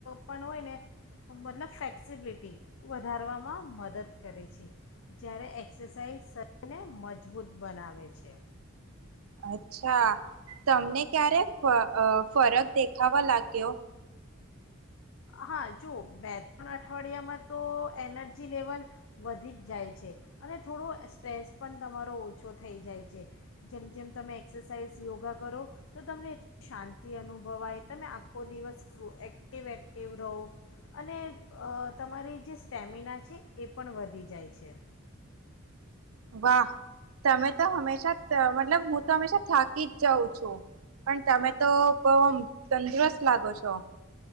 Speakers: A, on the left (about 65°); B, on the right (about 80°).
A: પણ હોય ને મતલબ ફ્લેક્સિબિલિટી વધારવામાં મદદ કરે છે જ્યારે એક્સરસાઇઝ શરીરને મજબૂત બનાવે છે
B: અચ્છા તમને ક્યારે ફ અ ફરક દેખ થવા લાગ્યો
A: હા જુઓ બે ત્રણ અઠવાડિયામાં તો એનર્જી લેવલ વધી જ જાય છે અને થોડો સ્ટ્રેસ પણ તમારો ઓછો થઈ જાય છે જેમ જેમ તમે એક્સરસાઇઝ યોગા કરો તો તમને એટલી શાંતિ અનુભવાય તમે આખો દિવસ ફ એક્ટિવ એક એવરોવ અને અ તમારી જે સ્ટેમિના છે, એ પણ વધી જાય છે.
B: વાહ તમે તો હંમેશા ત મતલબ હું તો હંમેશા થાકી જ જાઉં છું. પણ તમે તો બોવ અમ તંદુરસ્ત લાગો છો.